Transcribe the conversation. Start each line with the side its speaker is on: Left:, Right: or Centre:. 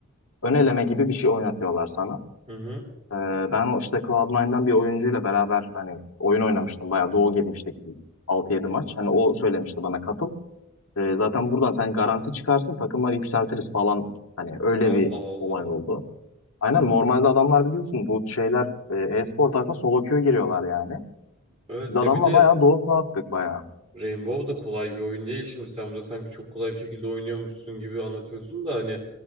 Left: ön eleme gibi bir şey oynatıyorlar sana.
Right: Hı hı.
Left: E, ben o işte Cloud9'dan bir oyuncuyla beraber hani oyun oynamıştım. Bayağı duo girmiştik biz altı yedi maç. Hani o söylemişti bana katıl. E, zaten buradan sen garanti çıkarsın takıma yükseltiriz falan. Hani öyle
Right: Allah
Left: bir
Right: Allah.
Left: olay oldu. Aynen normalde adamlar biliyorsun bu şeyler e, e-spor tarafına solo queue giriyorlar yani.
Right: Evet
Left: Biz adamla
Right: ya bir de
Left: bayağı doğu turu attık bayağı.
Right: Rainbow da kolay bir oyun değil şimdi. Sen burada sanki çok kolay bir şekilde oynuyormuşsun gibi anlatıyorsun da hani